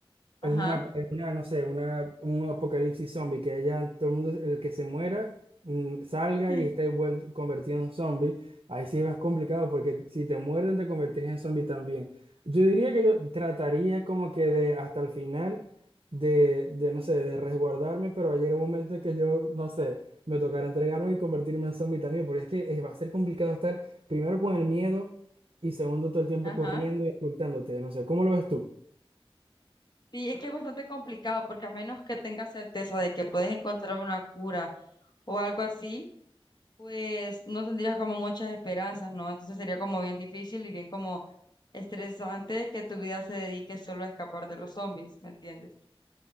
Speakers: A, on the right; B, on the left.
A: Es
B: ajá,
A: una, en una, no sé, una, un apocalipsis zombie, que ya todo el mundo, el que se muera, mm, salga
B: <laughs>
A: y esté vuel- convertido en zombie. Ahí sí es más complicado porque si te muerden te convertirías en zombie también. Yo diría que yo trataría como que de hasta el final de, de, no sé, de resguardarme, pero va a llegar un momento en que yo, no sé, me tocará entregarme y convertirme en zombie también, porque es que eh, va a ser complicado estar primero con el miedo y segundo todo el tiempo
B: ajá.
A: corriendo y ocultándote, no sé, ¿cómo lo ves tú?
B: Sí, es que es bastante complicado porque a menos que tengas certeza de que puedes encontrar una cura o algo así, pues no tendrías como muchas esperanzas, ¿no? Entonces sería como bien difícil y bien como estresante que tu vida se dedique solo a escapar de los zombies, ¿me entiendes?